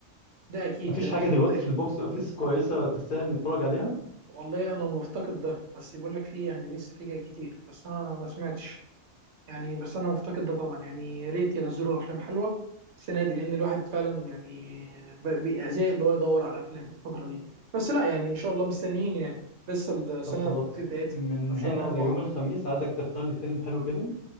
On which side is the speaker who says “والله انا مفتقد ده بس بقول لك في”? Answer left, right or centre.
Right